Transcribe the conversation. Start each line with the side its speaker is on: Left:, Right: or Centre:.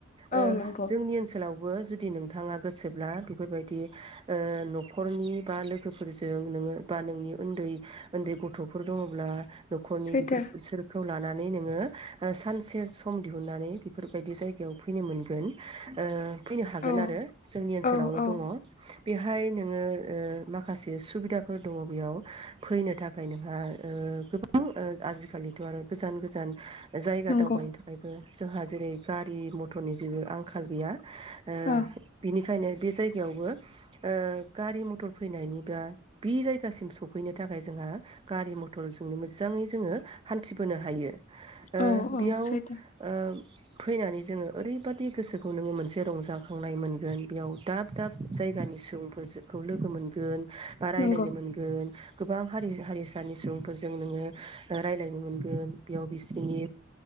Left: औ
Right: ओ
Left: नंगौ
Right: जोंनि ओनसो लावबो जुदि नोंथाङा गोसोब्ला बेफोरबायदि नखरनि बा लोगोफोरजों नोङो बा नोंनि उन्दै उन्दै गथफोर दङब्ला नखरनि
Left: सैथो
Right: बिसोरखौ लानानै। नोङो सानसे सम दिहुननानै बेफोरबायदि जायगायाव फैनो मोनगोन। ओ फैनो हागोन
Left: औ
Right: आरो जोंनि ओनसोलावनो
Left: औ औ
Right: दङ बेहाय नोङो माखासे सुबिदाफोर दङ बेयाव फैनो थाखाय नोंहा ओ गोबां आजिखालिथ आरो गोजान गोजान जायगा
Left: नंगौ
Right: दावबायनो थाखायबो जोंहा जेरै गारि मथरनि जेबो आंखाल। गैया। ओ
Left: औ
Right: बिनि खायनो बे जायगायावबो ओ गारि मथर फैनायनि बा बि जायगासिम सफैनो थाखाय जोंहा गारि मथरजोंनो मोजाङै जोङो हान्थिबोनो हायो। ओ
Left: औ
Right: बेयाव
Left: औ सैथो
Right: ओ फैनानै जोङो ओरैबायदि गोसो खौ नोङो मोनसे रंजाखांनाय मोनगोन बेयाव दाब दाब जायगानि सुबुंफोरखौ लोगो मोनगोन बा रायलायनो
Left: नंगौ
Right: मोनगोन गोबां हारि हारिसानि सुबुंफोरजों नोङो रायलायनो मोनगोन बेयाव बिसोरनि